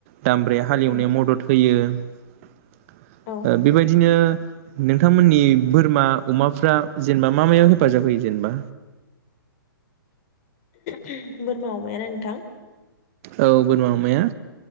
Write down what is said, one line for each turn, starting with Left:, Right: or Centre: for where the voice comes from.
Right: दामब्राया हालेवनायाव
Left: उम
Right: मदद होयो। ओ
Left: औ
Right: बेबायदिनो नोंथांमोननि बोरमा अमाफ्रा जेनेबा मा मायाव हेफाजाब होयो जेनेबा?
Left: बोरमा अमाया ना नोंथां?
Right: औ बोरमा अमाया।